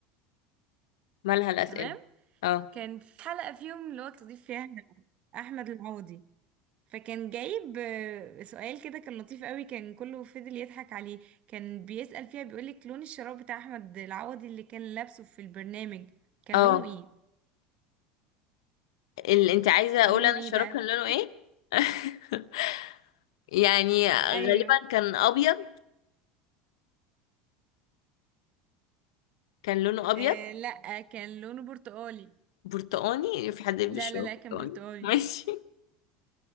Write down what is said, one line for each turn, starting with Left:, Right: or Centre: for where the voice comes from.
Left: مالها الأسئلة
Right: تمام
Left: اه
Right: كان في حلقة فيهم اللي هو تضيف فيها أحمد العوضي فكان جايب آه، سؤال كده كان لطيف قوي كان كله فضل يضحك عليه كان بيسأل فيها بيقولك لون الشراب بتاع احمد العوضي اللي كان لابسه في البرنامج كان
Left: اه
Right: لونه ايه
Left: اللي انت عايزة
Right: كان
Left: اقول
Right: لونه
Left: انا
Right: ايه
Left: الشراب
Right: بقى
Left: كان لونه ايه <laughs> يعني غالبا
Right: ايوه
Left: كان ابيض كان لونه ابيض
Right: آه لا آه، كان لونه برتقالي
Left: برتقاني في حد يلبس
Right: لا
Left: شراب
Right: لا لا كان
Left: برتقاني
Right: برتقالي
Left: ماشي <laughs>